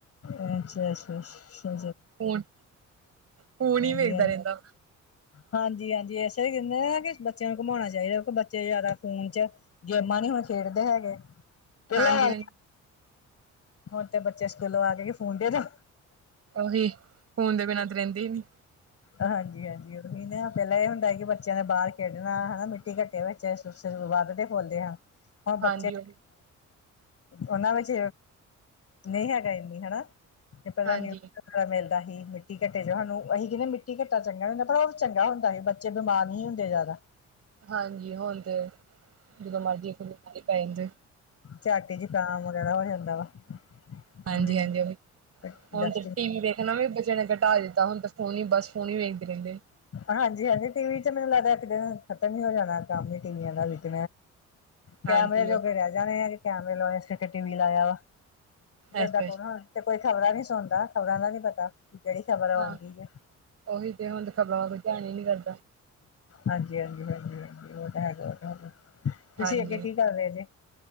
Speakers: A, on the left; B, on the right.
A: ਅ ਅੱਛਾ, ਅੱਛਾ,
B: ਫੋਨ ਫੋਨ
A: ਵਧੀਆ
B: ਹੀ ਵੇਖਦਾ ਰਹਿੰਦਾ
A: ਹਾਂਜੀ, ਹਾਂਜੀ, ਏਸੇ ਕਹਿੰਦੇ ਨਾ ਕਿ ਬੱਚਿਆਂ ਨੂੰ ਘੁਮਾਉਣਾ ਚਾਹੀਦਾ, ਕਿ ਬੱਚੇ ਜ਼ਿਆਦਾ ਫੋਨ ਚ, ਗੇਮਾਂ ਨੀ ਹੁਣ ਖੇਡਦੇ ਹੈਗੇ। ਪਹਿਲਾਂ
B: ਹਾਂਜੀ, ਹਾਂਜੀ।
A: ਹੁਣ ਤੇ ਬੱਚੇ ਸਕੂਲੋਂ ਆ ਕੇ ਕੇ ਫੋਨ ਦੇ ਦੋ।
B: ਉਹੀ ਫੋਨ ਦੇ ਬਿਨਾਂ ਤੇ ਰਹਿੰਦੇ ਹੀ ਨੀ।
A: ਹਾਂਜੀ, ਹਾਂਜੀ, ਉਹੀ ਨਾ ਪਹਿਲਾਂ ਇਹ ਹੁੰਦਾ ਸੀ, ਕਿ ਬੱਚਿਆਂ ਨੇ ਬਾਹਰ ਖੇਡਣਾ ਹਨਾ, ਮਿੱਟੀ ਕੱਟੇ ਵਿੱਚ। ਬੱਚੇ ਵਧੇ ਬੋਲਦੇ ਹ ਹੁਣ ਬੱਚੇਹ
B: ਹਾਂਜੀ ਉਹੀ
A: ਉਹਨਾਂ ਵਿੱਚ ਨਹੀਂ ਹੈਗਾ, ਇੰਨੀ ਹਨਾ, ਇਹ ਪਹਿਲਾਂ
B: ਹਾਂਜੀ
A: ਨਿਊਜ਼ ਮਿਲਦਾ ਸੀ ਮਿੱਟੀ ਘੱਟੇ ਜੋ ਸਾਨੂੰ, ਅਸੀਂ ਕਹਿੰਦੇ ਮਿੱਟੀ ਘਟਾ ਚੰਗਾ ਨਹੀਂ ਹੁੰਦਾ। ਪਰ ਉਹ ਚੰਗਾ ਹੁੰਦਾ ਸੀ। ਬੱਚੇ ਬਿਮਾਰ ਨਹੀਂ ਹੁੰਦੇ ਜ਼ਿਆਦਾ।
B: ਹਾਂਜੀ, ਹੁਣ ਤੇ ਜਦੋਂ ਮਰਜ਼ੀ ਬਿਮਾਰੀ ਪੈ ਜਾਂਦੀ
A: ਝਾਟੀ ਜ ਕਮ ਵਗੈਰਾ ਹੋ ਜਾਂਦਾ ਵਾ।
B: ਹਾਂਜੀ,
A: ਥੋੜੀ ਜਿਹੀ
B: ਹਾਂਜੀ, ਉਹੀ ਹੁਣ
A: ਡਸਟਿੰਗ
B: ਟੀ ਵੀ ਦੇਖ ਕਹਿੰਦਾ ਵੀ ਬੱਚੇ ਨੇ ਘਟਾ ਦਿੱਤਾ, ਹੁਣ ਫੋਨ ਹੀ ਬਸ ਫੋਨ ਹੀ ਵੇਖਦੇ ਰਹਿੰਦੇ
A: ਹਾਂਜੀ, ਹਾਂਜੀ ਟੀ ਵੀ ਚ, ਮੈਨੂੰ ਲੱਗਦਾ ਇੱਕ ਦਿਨ ਖਤਮ ਹੀ ਹੋ ਜਾਣਾ, ਕੰਮ ਹੀ ਟੀਵੀਆਂ ਦਾ ਲਕ
B: ਹਾਂਜੀ
A: ਕੈਮਰੇ
B: ਉਹ
A: ਜੋਗੇ ਰਹਿ ਜਾਣੇ ਆ, ਕਿ ਕੈਮਰੇ ਲਾਏ ਫਿਰ ਟੀ ਵੀ ਲਾਇਆ ਵਾ
B: ਅੱਛਾ
A: ਦਾਂ ਕੌਣ
B: ਅੱਛਾ
A: ਹਣ ਤੇ ਕੋਈ ਖ਼ਬਰਾਂ ਨੀ ਸੁਣਦਾ ਖ਼ਬਰਾਂ ਦਾ ਨੀ ਪਤਾ। ਕਿਹੜੀ ਖ਼ਬਰ ਆਉਗੀ
B: ਹਾਂ
A: ਜ।
B: ਉਹੀ ਤੇ ਹੁਣ ਖ਼ਬਰਾਂ ਕੋ ਧਿਆਨ ਹੀ ਨੀ ਕਰਦਾ।
A: ਹਾਂਜੀ, ਹਾਂਜੀ, ਹਾਂਜੀ, ਉਹ ਤਾਂ ਹੈਗਾ। ਤੁਸੀਂ
B: ਹਾਂਜੀ,
A: ਅੱਗੇ ਕੀ ਕਰ ਰਹੇ ਜੇ